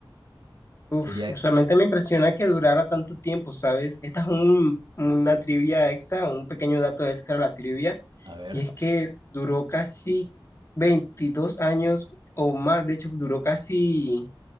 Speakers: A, on the left; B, on the right.
A: Uf,
B: el día...
A: realmente me impresiona que durara tanto tiempo, ¿sabes? Esta es un- una trivia extra, un pequeño dato extra a la trivia,
B: A ver,
A: y es que duró casi 22 años o más, de hecho duró casi,